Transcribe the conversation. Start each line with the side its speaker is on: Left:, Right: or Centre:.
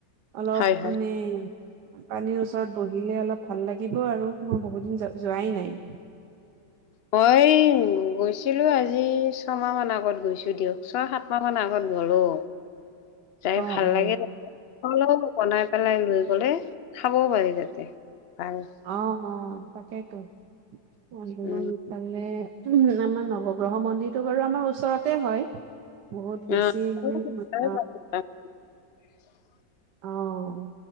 Right: অলপ
Left: হয় হয়
Right: মানে পানীৰ ওচৰত বহিলে অলপ ভাল লাগিব আৰু। মই বহুত দিন যো-যোৱাই নাই।
Left: মই গৈছিলোঁ আজি ছমাহ মান আগত গৈছোঁ দিয়ক। ছয়-সাত মাহ মান আগত গ'লোঁ। যাই
Right: অ
Left: ভাল
Right: অ
Left: লাগে <unintelligible> বনাই পেলাই লৈ গ'লে খাবও পাৰি তাতে। <unintelligible>
Right: অ', অ', তাকেইতো। <unintelligible> <unintelligible>
Left: উম
Right: আমাৰ নৱগ্ৰহ মন্দিৰটো বাৰু আমাৰ ওচৰতে হয়। বহুত
Left: অ।
Right: বেছি মানে <unintelligible>
Left: <unintelligible>
Right: অ',